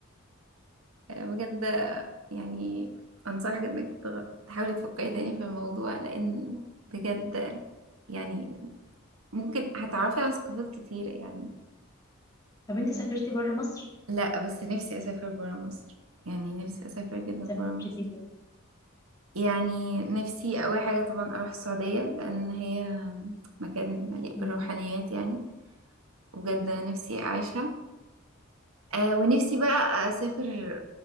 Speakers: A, on the right; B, on the left.
A: آه بجد آه، يعني انصحك انك تغ- تحاولي تفكري تاني في الموضوع لان بجد آه، يعني ممكن هتعرفي على ثقافات كتيرة يعني
B: طب انت سافرتي بره مصر
A: لا بس نفسي اسافر برا مصر يعني نفسي اسافر جدا برا
B: سافرتي
A: مصر يعني نفسي اول حاجه طبعا اروح السعوديه لان هي مكان مليء
B: مم.
A: بالروحانيات يعني بجد نفسي اعيشها آه ونفسي بقى اسافر